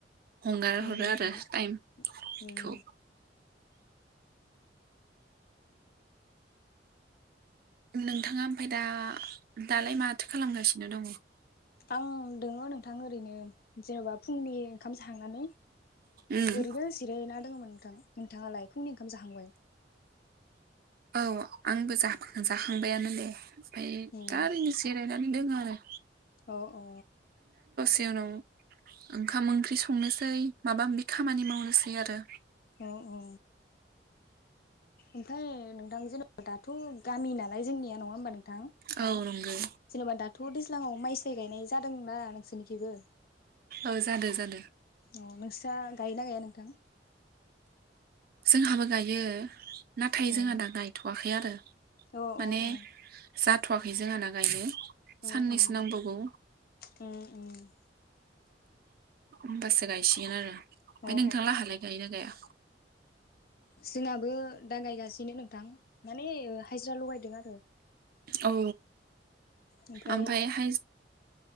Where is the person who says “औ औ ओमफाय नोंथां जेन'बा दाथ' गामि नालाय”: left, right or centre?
Left